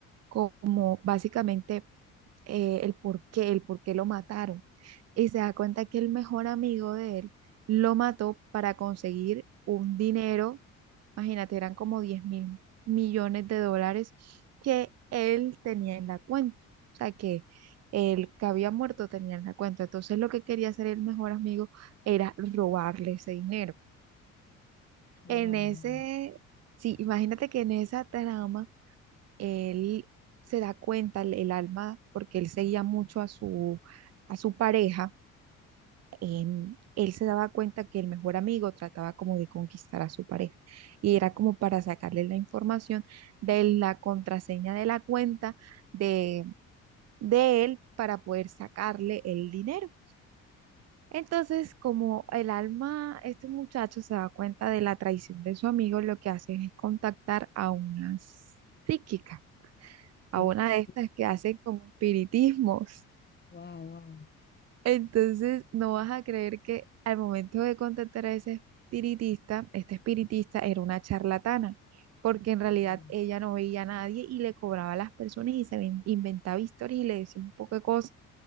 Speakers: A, on the right; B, on the left.
A: como básicamente eh, el por qué, el por qué lo mataron. Y se da cuenta que el mejor amigo de él lo mató para conseguir un dinero, imagínate, eran como diez mil millones de dólares que él tenía en la cuenta. O sea, que el que había muerto tenía en la cuenta. Entonces lo que quería hacer el mejor amigo era robarle ese dinero.
B: Wow,
A: En ese,
B: wow,
A: sí, imagínate que en esa trama él se da cuenta, el, el alma, porque él seguía mucho a su, a su pareja, em, él se daba cuenta que el mejor amigo trataba como de conquistar a su pareja y era como para sacarle la información de la contraseña de la cuenta de, de él para poder sacarle el dinero. Entonces, como el alma, este muchacho se da cuenta de la traición de su amigo, lo que hace es contactar a una psíquica a
B: wow,
A: una de estas que hacen como espiritismos.
B: wow, wow. <laughs>
A: Entonces, no vas a creer que al momento de contactar a ese espiritista, este espiritista era una charlatana, porque en realidad
B: Mm,
A: ella no veía a nadie y le cobraba a las personas y se ven- inventaba historias y le decía un poco de cosas